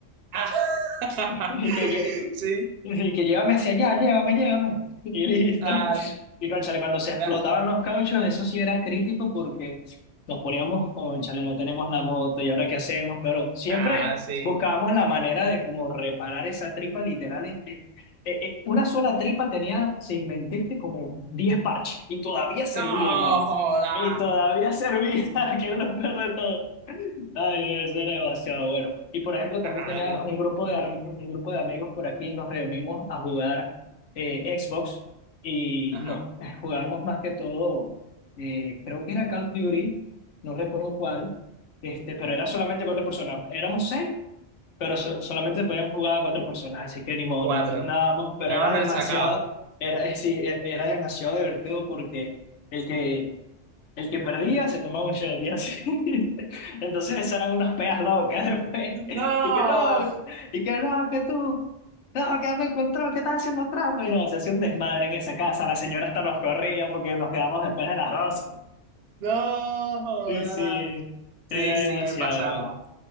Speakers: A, on the right; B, on the left.
A: ah,
B: <laughs> Y que,
A: <laughs>
B: lle-
A: sí.
B: Y que llévame hacia allá, llévame, llévame. Y listo.
A: Ah,
B: Y cónchale, cuando se explotaban
A: na-
B: los cauchos, eso sí era crítico porque nos poníamos, cónchale, no tenemos la moto y ahora qué hacemos, pero siempre
A: ah, sí.
B: buscábamos la manera de como reparar esa tripa literal. Eh, eh, una sola tripa tenía, sin mentirte, como 10 parches y todavía servía,
A: No,
B: hermano.
A: joda.
B: Y todavía servía, <laughs> que es lo peor de todo. Ay, no, eso era demasiado bueno. Y por ejemplo, también
A: Ah,
B: tenía
A: na-
B: un grupo de, ami- un grupo de amigos por aquí, nos reunimos a jugar eh, Xbox y
A: Ajá.
B: nos <laughs> jugábamos más que todo, eh, creo que era Call of Duty, no recuerdo cuál, este, pero era solamente cuatro personas. Éramos seis, pero so- solamente se podían jugar cuatro personas, así que ni modo,
A: Cuatro.
B: nos turnábamos, pero
A: Jugaban
B: era demasiado,
A: al sacao.
B: era, eh, sí, e- era demasiado divertido porque el que el que perdía se tomaba un shot y así. <laughs> Entonces esas eran unas pegas locas después.
A: No,
B: Y que no, y que no, que tú, no, que dame el control, que estás haciendo trampa. Y no, se hacía un desmadre en esa casa. La señora hasta nos corría porque nos quedamos después de las 12.
A: no, joda.
B: Sí, sí,
A: Sí,
B: era
A: sí,
B: demasiado
A: me pasaba.
B: loco.